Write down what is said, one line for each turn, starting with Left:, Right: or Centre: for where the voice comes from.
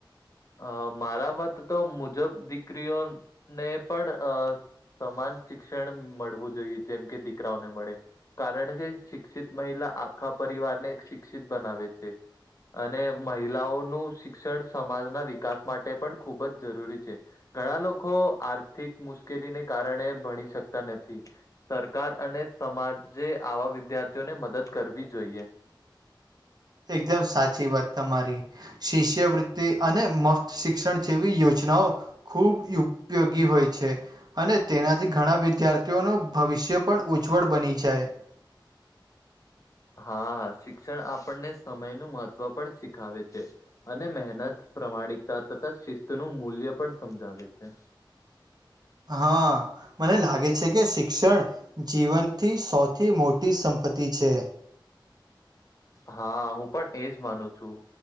Left: અ મારા મત તો મુજબ દીકરીઓને પણ અ સમાન શિક્ષણ મળવું જોઈએ જેમ કે દીકરાઓને મળે કારણ કે શિક્ષિત મહિલા આખા પરિવાર ને એક શિક્ષિત બનાવે છે. અને મહિલાઓનું શિક્ષણ સમાજના વિકાસ માટે પણ ખૂબ જ જરૂરી છે. ઘણા લોકો આર્થિક મુશ્કેલીને કારણે ભણી શકતા નથી. સરકાર અને સમાજે આવા વિદ્યાર્થીઓને મદદ કરવી જોઈએ
Right: એકદમ સાચી વાત તમારી શિષ્યવૃતિ અને મક્ત શિક્ષણ જેવી યોજનાઓ ખૂબ યોગ ઉપયોગી હોય છે અને તેનાથી ઘણા વિદ્યાર્થી તેનું ભવિષ્ય પણ ઉજ્જવળ બની જાય.
Left: હા શિક્ષણ આપણને સમય નું મહત્ત્વ પણ શીખાવે છે. અને મહેનત પ્રામાણિકતા તથા શિસ્ત નું મૂલ્ય પણ સમજાવે છે.
Right: હા મને લાગે છે કે શિક્ષણ જીવનથી સૌથી મોટી સંપત્તિ છે.
Left: હા હું પણ એજ માનું છું.